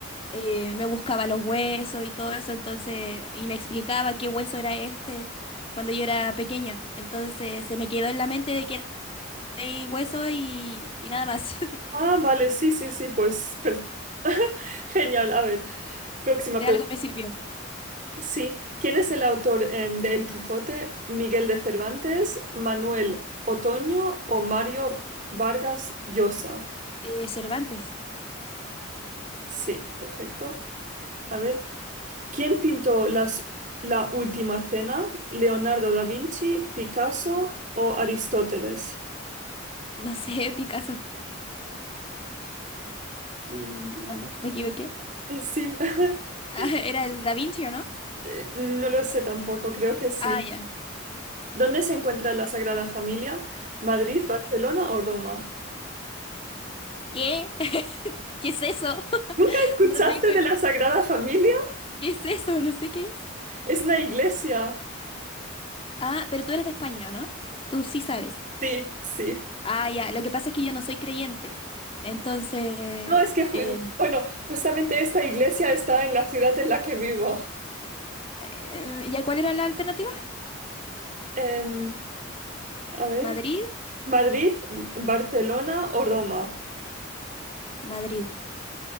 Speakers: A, on the left; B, on the right.
A: eh, me buscaba los huesos y todo eso, entonces, y me explicaba qué hueso era este cuando yo era pequeña. Entonces se me quedó en la mente de que hay hueso y, y nada más. <laughs>
B: Ah, vale, sí, sí, sí, pues perfecto. <laughs> Genial, a ver, próxima
A: De
B: pregunta.
A: algo me sirvió.
B: Sí, ¿quién es el autor em, de El Quijote? ¿Miguel de Cervantes, Manuel Otoño o Mario Vargas Llosa?
A: Eh, Cervantes.
B: Sí, perfecto. A ver. ¿Quién pintó las, la última cena? ¿Leonardo da Vinci, Picasso
A: Mm.
B: o Aristóteles?
A: No sé, <laughs> Picasso.
B: Mm, a
A: ¿No?
B: ver.
A: ¿Me equivoqué?
B: Eh, Sí, <laughs>
A: Ah, <laughs> era el Da Vinci, ¿o no?
B: Eh, no lo sé tampoco, creo que sí.
A: Ah, ya. <gasps>
B: ¿Dónde se encuentra la Sagrada Familia? ¿Madrid,
A: Mm.
B: Barcelona o Roma?
A: ¿Qué? <laughs> ¿Qué es eso? <laughs>
B: ¿Nunca escuchaste
A: No tengo...
B: de la Sagrada Familia?
A: ¿Qué es eso? No sé qué es.
B: Es una iglesia.
A: Ah, pero tú eres de España, ¿o ¿no? Tú sí sabes.
B: Sí, sí.
A: Ah, ya, lo que pasa es que yo no soy creyente. Entonces,
B: No, es que, ju-
A: eh,
B: bueno, justamente esta iglesia está en la ciudad en la que vivo.
A: eh, ¿ya cuál era la alternativa?
B: Em, a ver.
A: ¿Madrid?
B: Madrid, Barcelona o Roma.
A: Madrid.